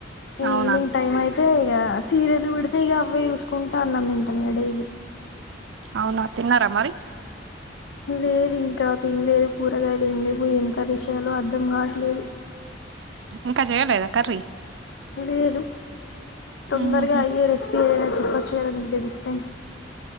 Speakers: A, on the right; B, on the left.
A: అవునా
B: ఈవినింగ్ టైమ్ అయి అ ఇక సీరియల్ పేడితే ఇక అవయి చూసుకుంటా అన్నం తిన ఆ మీ డైలీ.
A: అవునా తిన్నారా మరి
B: లేదు ఇంకా తినలేదు. కూరగాయలు ఏం లేవు ఏం కర్రీ చేయాలో అర్థం కావట్లేదు.
A: ఇంకా జేయలేదా కర్రీ.
B: లేదు. తొందరగా
A: ఉహు.
B: అయ్యే రెసిపీ ఏదైనా, చెప్పచ్చు కదా మీకు తెలుస్తే.